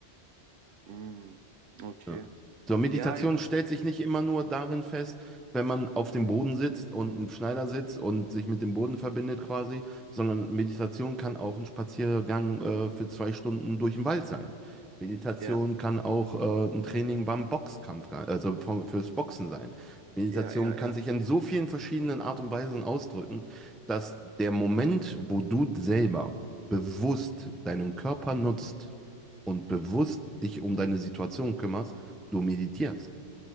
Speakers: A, on the right; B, in the centre.
A: Mm, okay.
B: Ja. So, Meditation
A: Ja, ja,
B: stellt sich nicht immer nur darin fest, wenn man auf dem Boden sitzt und im Schneidersitz und sich mit dem Boden verbindet quasi, sondern Meditation kann auch ein Spaziergang äh, für zwei Stunden durch den Wald sein. Meditation
A: ja,
B: kann auch äh, ein Training beim Boxkampf, ge- also vom, fürs Boxen sein. Meditation
A: ja, ja,
B: kann
A: ja,
B: sich in so vielen verschiedenen Art und Weisen ausdrücken, dass der Moment, wo du selber bewusst deinen Körper nutzt und bewusst dich um deine Situation kümmerst, Du meditierst.